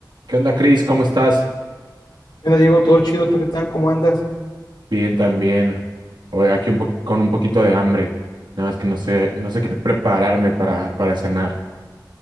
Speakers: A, on the right (about 80°); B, on the left (about 85°).
A: ¿Qué onda, Cris? ¿Cómo estás?
B: ¿Qué onda, Diego? ¿Todo chido? ¿Tú qué tal? ¿Cómo andas?
A: Bien, también. Hoy aquí un po- con un poquito de hambre. Nada más que no sé, no sé qué prepararme para, para cenar.